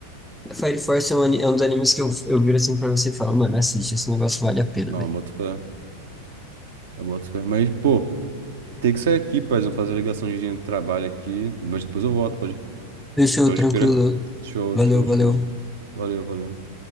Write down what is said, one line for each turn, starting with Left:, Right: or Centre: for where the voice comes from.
Centre: Fire Force é um, ani- é um dos animes que eu, eu viro assim pra você e falo, mano, assiste, esse negócio vale a pena,
Right: Não,
Centre: velho.
Right: eu boto fé. Eu boto fé. Mas, pô, tem que sair aqui, paz. Eu vou fazer a ligação de de trabalho aqui. Mas depois eu volto, pode,
Centre: Fechou,
Right: pode
Centre: tranquilo.
Right: crer. Show,
Centre: Valeu,
Right: show,
Centre: valeu.
Right: show. Valeu, valeu.